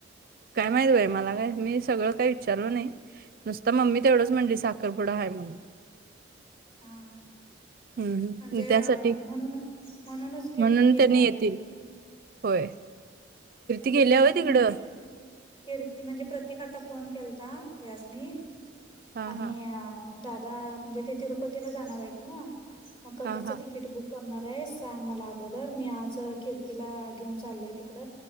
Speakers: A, on the right; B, on the left.
A: काय माहीत बाई मला काय मी सगळं काही विचारलो नाही. नुसतं मम्मी तेवढच म्हणली साखरपुडा आहे म्हणून
B: हा हा
A: हम्म
B: म्हणजे
A: त्यासाठी
B: अं, म्हणूनच म्हणूनच कीर्ती
A: म्हणून
B: गेल्या
A: त्यांनी
B: वाटतं
A: येतील. होय.
B: म्हणजे
A: गेल्या
B: कीर्ती
A: होय तिकडं
B: म्हण कीर्ती म्हणजे प्रतीक आता फोन केलता ह्यासनी
A: हा
B: आणि
A: हा
B: दादा म्हणजे ते तिरुपतीला जाणार आहेत नव मग कधीचं
A: हा हा
B: तिकीट बुक करणार आहे सांग मला अगोदर मी आज कीर्तीला घेऊन चालोय तिकड